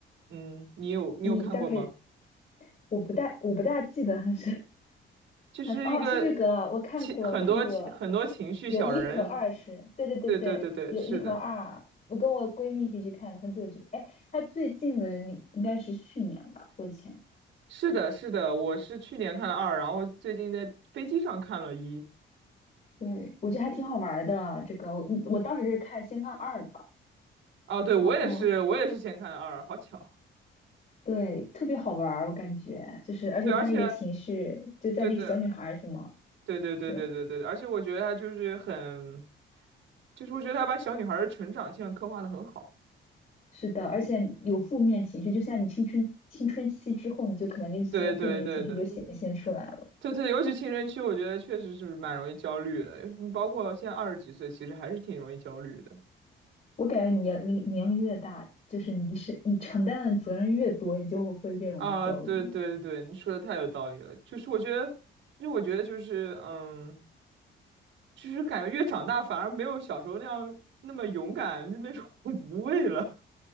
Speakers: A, on the right (about 75°); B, on the left (about 40°).
A: 嗯，你有你有看过吗？
B: 你大概我不大我不大记得他是
A: 就是一个
B: 他是哦是这个我看过我看过，
A: 情很多情很多情绪小人，
B: 有一和二是对对对对有一和二，
A: 对对对对，是的，
B: 我跟我闺蜜一起去看的，很久之哎，他最近的应应该是去年吧或者前年，
A: 是的，是的，我是去年看了二，然后最近在飞机上看了一，
B: 对我觉得还挺好玩儿的这个我我当时是看先看二的，
A: 啊，对，我也是，
B: 然后
A: 我也是先看了二，好巧，
B: 对特别好玩儿我感觉就是而且他那个情绪就在那个小女孩儿是吗？
A: 对，而且，对对对对对对对对，
B: 对。
A: 而且我觉得他就是很，就是我觉得他把小女孩儿的成长线刻画的很好。
B: 是的，而且有负面情绪，就像你青春青春期之后，你就可能这些负面情绪就显现出来了。
A: 对对对对对对对，尤其青春期，我觉得确实是蛮容易焦虑的，嗯包括现在二十几岁，其实还是挺容易焦虑的。
B: 我感觉年龄年龄越大，就是你是你承担的责任越多，你就会越容易焦虑，
A: 啊，对对对，你说的太有道理了。就是我觉得，因为我觉得就是，嗯，就是感觉越长大反而没有小时候那样那么勇敢，就那种 <laughs> 无畏了。